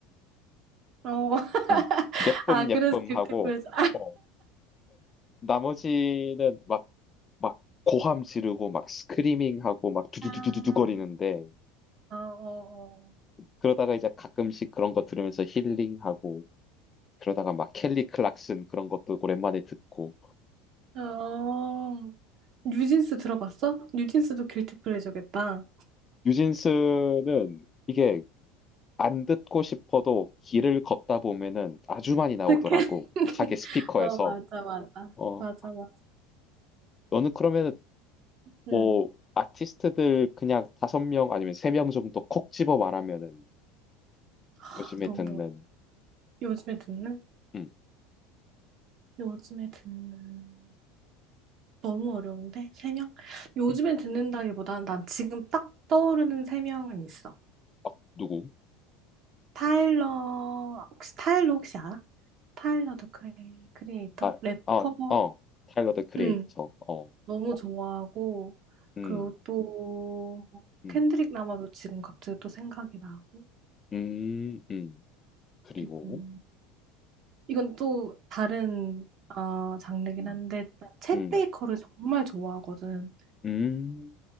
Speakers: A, on the right; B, on the left.
A: 어. <laughs>
B: 음, 예쁨
A: 아 그래서
B: 예쁨
A: 길티
B: 하고
A: 플레저.
B: 어, 나머지는 막 막 고함 지르고 막 스크리밍 하고 막 두두두두두
A: 아.
B: 거리는데
A: 어, 어,
B: 그러다가 이제 가끔씩 그런 거 들으면서 힐링하고 그러다가 막 켈리 클락슨 그런 것도 오랜만에 듣고
A: 어. 어. 뉴진스 들어봤어? 뉴진스도 길티 플레저겠다.
B: 뉴진스는 이게 안 듣고 싶어도 길을 걷다 보면은 아주 많이 나오더라고.
A: 어떻게? <laughs>
B: 가게 스피커에서.
A: 어 맞아 맞아
B: 어,
A: 맞아 맞아.
B: 너는 그러면은
A: 응.
B: 뭐 아티스트들 그냥 다섯 명 아니면 세 명 정도 콕 집어 말하면은
A: 아,
B: 요즘에
A: 너무
B: 듣는
A: 어려. 요즘에 듣는?
B: 음,
A: 요즘에 듣는. 너무 어려운데? 세 명? 요즘에
B: 음,
A: 듣는다기보다는 난 지금 딱 떠오르는 세 명은 있어.
B: 어, 누구?
A: 타일러, 혹시 타일러 혹시 알아? 타일러 더 크리, 크리에이터?
B: 아,
A: 래퍼
B: 어, 어, 타일러 더 크리에이터.
A: 응,
B: 어,
A: 너무 좋아하고,
B: 음,
A: 그리고 또,
B: 음,
A: 켄드릭 라마도 지금 갑자기 또 생각이 나고,
B: 음, 음, 그리고
A: 그리고, 이건 또 다른, 아, 장르긴
B: 음,
A: 한데, 챗
B: 음,
A: 베이커를 정말 좋아하거든.
B: 음,